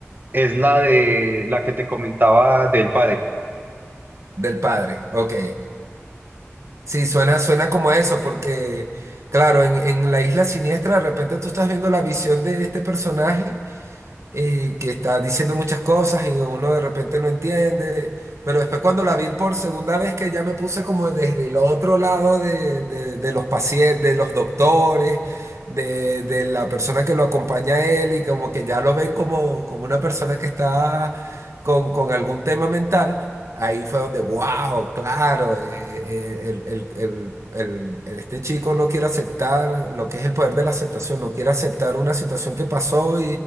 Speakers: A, on the right; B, on the right.
A: es la de la que te comentaba del padre.
B: del padre, ok. Sí, suena, suena como eso, porque claro, en, en La Isla Siniestra de repente tú estás viendo la visión de este personaje. y que está diciendo muchas cosas y uno de repente no entiende, pero después cuando la vi por segunda vez que ya me puse como desde el otro lado de, de- de los pacientes, de los doctores, de, de la persona que lo acompaña a él y como que ya lo ven como, como una persona que está con, con algún tema mental. Ahí fue donde, wow, claro, eh, eh, el- el- el- el- este chico no quiere aceptar lo que es el poder de la aceptación, no quiere aceptar una situación que pasó